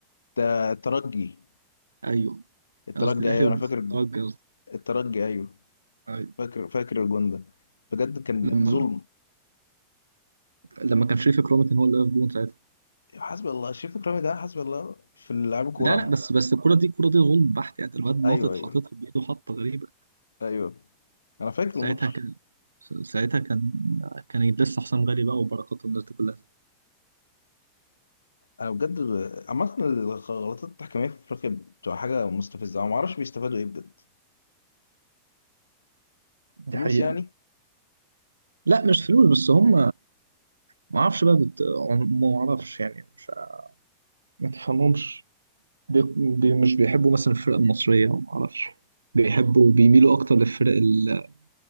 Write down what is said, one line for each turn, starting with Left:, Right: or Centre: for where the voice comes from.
Left: ده الترجي
Right: ايوه
Left: الترجي
Right: قصدي الاهلي
Left: ايوه
Right: والترجي
Left: انا فاكر
Right: قصدي
Left: الترجي ايوه
Right: أيوة.
Left: فاكر فاكر الجون ده بجد كان
Right: لما
Left: ظلم
Right: لما كان شريف اكرامي كان هو اللي واقف جون ساعتها
Left: حسبي الله شريف اكرامي ده حسبي الله في لعب كوره
Right: لا
Left: عامه
Right: لا بس بس الكرة دي الكرة دي ظلم بحت يعني الواد ناطط
Left: ايوه ايوه
Right: حاططها بايده حطة غريبة
Left: ايوه انا فاكر
Right: ساعتها
Left: الماتش
Right: كان ساعتها كان كان لسه حسام غالي بقى وبركات والناس دي كلها
Left: انا بجد عامه الغلطات التحكيميه في افريقيا بتبقى حاجه مستفزه انا ما اعرفش بيستفادوا ايه بجد فلوس
Right: دي حقيقة
Left: يعني
Right: لا مش فلوس بس هم ما اعرفش بقى بت... ما اعرفش يعني مش ما تفهمهمش بي... بي... مش بيحبوا مثلا الفرق المصرية ما اعرفش بيحبوا بيميلوا اكتر للفرق ال-